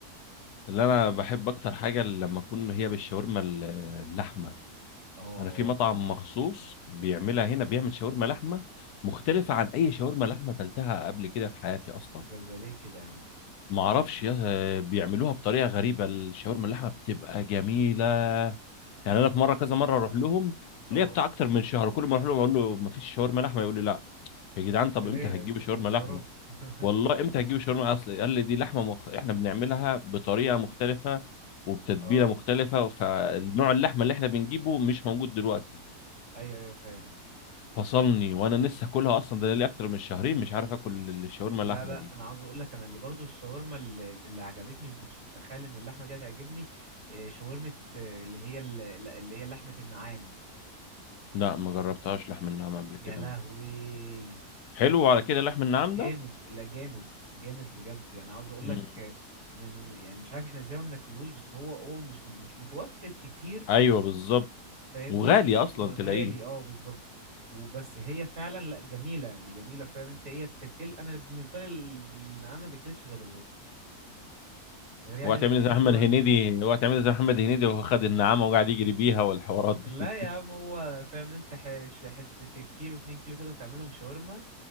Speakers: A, on the left (about 85°); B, on the right (about 50°).
A: اللي أنا بحب أكتر حاجة لما أكون هي بالشاورما ال- اللحمة
B: اه
A: أنا في مطعم مخصوص بيعملها هنا بيعمل شاورما لحمة مختلفة عن أي شاورما لحمة أكلتها قبل كده في حياتي أصلا
B: ده ده ليه كده يا عم
A: ما اعرفش يا- آه، بيعملوها بطريقه غريبه الشاورما اللحمه بتبقى جميله يعني انا في مره كذا مره اروح لهم
B: اه
A: ليا بتاع اكتر من شهر كل ما اروح لهم اقول له ما فيش شاورما لحمه يقول لي لا يا جدعان طب
B: ده ليه
A: امتى هتجيبوا
B: بتهزروا
A: شاورما لحمه
B: <laughs>
A: والله امتى هتجيبوا شاورما اصل قال لي دي لحمه مخ... احنا بنعملها بطريقه مختلفه وبتتبيله
B: اه
A: مختلفه فنوع اللحمه اللي احنا بنجيبه مش موجود دلوقتي
B: ايوه ايوه فاهم
A: فصلني وانا لسه كلها اصلا ده لي اكتر من شهرين مش عارف اكل الشاورما
B: لا
A: اللحمه
B: لا
A: دي
B: انا عاوز اقول لك انا اللي برضو الشاورما اللي, اللي عجبتني ما كنتش متخيل ان اللحمه دي هتعجبني آه، شاورمه آه، اللي هي ال- اللي هي لحمه النعام
A: لا ما جربتهاش لحم النعام قبل كده
B: يا لهوي
A: انا حلو على كده لحم النعام
B: جامد
A: ده
B: لا جامد جامد بجد يعني عاوز اقول
A: مم.
B: لك آه، من- من- يعني مش عارف احنا ازاي ما بناكلوش بس هو هو مش مش متوفر كتير
A: ايوه بالظبط
B: فاهمني
A: وغالي
B: و-
A: اصلا
B: وغالي
A: تلاقيه
B: اه بالظبط وبس هي فعلا لا جميله يعني جميله فاهم انت ايه التكل انا بالنسبه لي النعام ما باكلش غير غير يعني
A: هو هتعمل
B: لما يكون
A: إيه زي محمد
B: شاورما
A: هنيدي هو هتعمل إيه زي محمد هنيدي وهو خد النعامه وقاعد يجري بيها والحوارات
B: لا
A: دي
B: يا عم هو فاهم انت ح- ش- حته ك- كيلو اتنين كيلو كده وتعملهم شاورما